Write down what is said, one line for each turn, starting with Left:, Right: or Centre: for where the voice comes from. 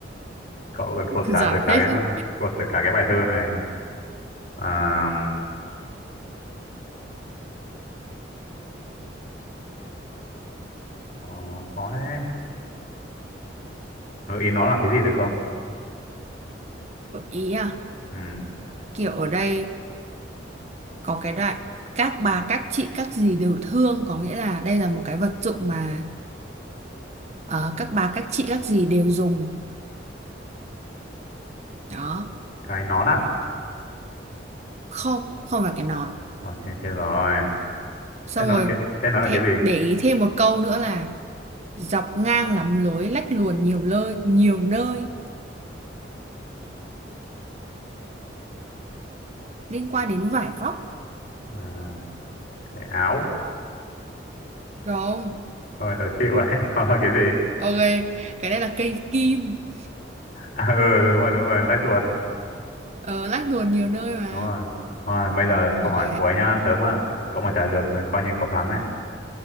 Left: cậu còn
Right: <laughs>
Left: thuộc
Right: giải
Left: cả được cả
Right: hết
Left: cái bài-
Right: đấy.
Left: thuộc được cả cái bài thơ này à, ờ, khó thế gợi ý nó là cái gì được không
Right: Gợi ý à
Left: ừ
Right: kiểu ở đây có cái đại các bà các chị các dì đều thương có nghĩa là đây là một cái vật dụng mà ờ, các bà các chị các dì đều dùng đó
Left: cái nón à
Right: không không phải cái nón
Left: Rồi, chết, chết rồi
Right: xong
Left: thế nó
Right: rồi
Left: là cái thế nó là
Right: thế,
Left: cái gì
Right: để ý thêm một câu nữa là dọc ngang lắm lối lách luồn nhiều nơi nhiều nơi liên quan đến vải vóc
Left: à, cái áo
Right: Được không
Left: thôi đòi chịu ấy <laughs> thôi là cái gì <laughs>
Right: ok cái đây là cây kim
Left: à, ừ đúng rồi đúng rồi lách luật
Right: ờ, lách luồn nhiều nơi mà
Left: đúng rồi thôi bây giờ câu
Right: ok
Left: hỏi của anh nhá tớ mà cậu, cậu mà trả lời được thì coi như cậu thắng ấy